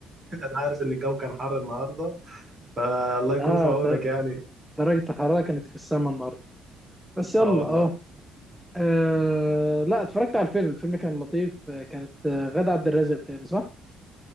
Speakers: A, on the right; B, in the centre.
A: انا عارف ان الجو كان حر النهارده فالله يكون
B: اه
A: في عونك
B: در-
A: يعني
B: درجة الحرارة كانت في السماء النهاردة بس يلا
A: اه والله
B: اه آه، لا اتفرجت على الفيلم الفيلم كان لطيف آه، كانت آه، غادة عبد الرازق بتاعي صح؟